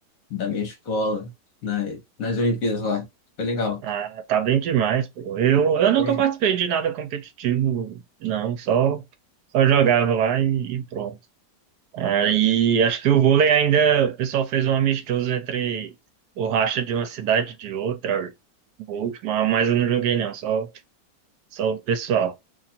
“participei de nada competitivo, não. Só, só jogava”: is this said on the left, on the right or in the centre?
Right